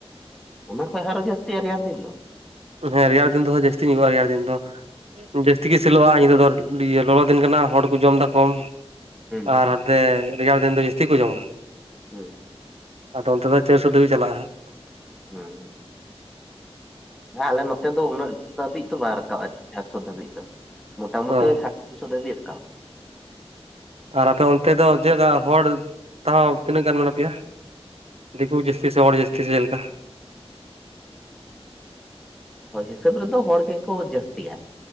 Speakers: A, in the centre; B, on the right.
A: ᱚᱱᱟ ᱠᱷᱚᱡ ᱟᱨᱚ ᱡᱟᱹᱥᱛᱤᱜᱼᱟ ᱨᱮᱭᱟᱲ ᱫᱤᱱ ᱫᱚ
B: ᱦᱮᱸ ᱨᱮᱭᱟᱲ ᱫᱤᱱ ᱫᱚ ᱡᱟᱹᱥᱛᱤ ᱧ ᱦᱩᱭᱩᱜᱼᱟ ᱨᱮᱭᱟᱲ ᱫᱤᱱ ᱫᱚ ᱡᱟᱹᱥᱛᱤ ᱜᱮ ᱥᱮᱞᱚᱜᱼᱟ ᱧᱤᱛᱚᱜ ᱫᱚ ᱞᱚᱞᱚ ᱫᱤᱱ ᱠᱟᱱᱟ ᱦᱚᱲ ᱠᱚ ᱡᱚᱢ ᱮᱫᱟ ᱠᱚᱢ
A: ᱦᱩᱸ
B: ᱟᱨ ᱦᱟᱱᱛᱮ ᱨᱮᱭᱟᱲ ᱫᱤᱱ ᱫᱚ ᱡᱟᱹᱥᱛᱤ ᱠᱚ ᱡᱚᱢᱟ
A: ᱦᱩᱸ
B: ᱟᱫᱚ ᱚᱱᱛᱮ ᱫᱚ ᱪᱟᱹᱨ ᱥᱮᱫ ᱫᱷᱜᱵ ᱪᱟᱞᱟᱜᱼᱟᱟᱸᱜ
A: ᱦᱮᱸ ᱵᱟᱝ ᱟᱞᱮ ᱱᱚᱛᱮ ᱫᱚ ᱩᱱᱟᱹᱜ ᱫᱷᱟᱹᱵᱤᱡ ᱫᱚ ᱵᱟᱝᱟᱭ ᱨᱟᱠᱟᱵᱼᱟ, ᱪᱟᱨᱥᱚ ᱫᱷᱟᱹᱵᱤᱡ ᱫᱚ᱾ ᱢᱚᱴᱴᱟᱢᱩᱴᱤ
B: ᱚ
A: ᱥᱟᱲᱮ ᱛᱤᱱ ᱦᱩᱭᱩᱜᱮᱫᱠᱟᱣᱟ
B: ᱟᱨ ᱟᱯᱮ ᱚᱱᱛᱮ ᱫᱚ ᱪᱮᱫ ᱞᱮᱠᱟ ᱦᱚᱲ ᱛᱚᱦᱚᱸ ᱛᱤᱱᱟᱹᱜ ᱜᱟᱱ ᱢᱮᱱᱟᱜ ᱯᱮᱭᱟ᱾ ᱫᱤᱠᱩ ᱡᱟᱹᱥᱛᱤ ᱥᱮ ᱦᱚᱲ ᱡᱟᱹᱥᱛᱤ ᱥᱮ ᱪᱮᱞᱮ ᱞᱮᱠᱟ
A: ᱦᱤᱥᱟᱹᱵ ᱨᱮᱫᱚ ᱦᱚᱲ ᱜᱮᱠᱚ ᱡᱟᱹᱥᱛᱤᱭᱟ᱾